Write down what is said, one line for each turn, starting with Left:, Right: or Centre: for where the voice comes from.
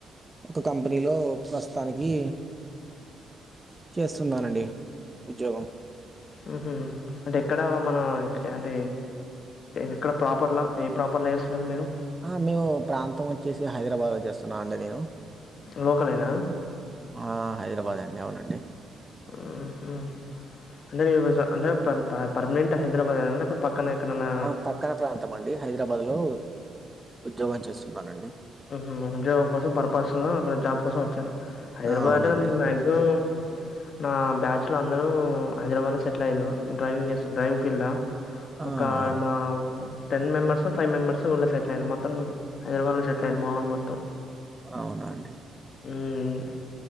Right: ఒక కంపెనీలో ప్రస్తుతానికి చేస్తున్నాను అండి ఉద్యోగం
Left: హు హామ్ అంటే ఎక్కడ మన అంటే ఎక్కడ ప్రోపర్లా ఏ ప్రోపర్లా చేస్తున్నారు మీరు
Right: ఆ మేము ప్రాంతం వచ్చేసి హైదరాబాద్లో చేస్తున్నాం అండి నేను
Left: లోక లేనా
Right: ఆ హైదరాబాద్ అండి అవునండి
Left: ఉహు అంటే నీ వస అంటే పా పర్మనెంట్ హైదరాబాద్ ఏనా లేపోతే పక్కన ఎక్కడన్న
Right: ఆ! పక్కన ప్రాంతం అండి హైదరాబాద్ లో ఉద్యోగం చేస్తున్నానండి
Left: హూ హమ్ ఉద్యోగం కోసం పర్పస్ లో అక్కడ జాబ్ కోసం వచ్చారు హైదరాబాద్
Right: ఆ! అవునండి.
Left: అంటే మాక్సిమం నా బ్యాచ్లో అందరూ హైదరాబాద్లో సెటిల్ అయ్యారు డ్రైవింగ్ చేస్త డ్రైవింగ్ ఫీల్డ్
Right: ఆ!
Left: ఒక
Right: ఆ!
Left: మా ఉ టెన్ మెంబెర్స్ ఫైవ్ మెంబెర్స్ ఊర్లో సెటిల్ అయినం మొత్తం హైదరాబాదులో సెటిల్ అయినారూ మా వొళ్ళు మొత్తం
Right: అవునా అండి
Left: ఉమ్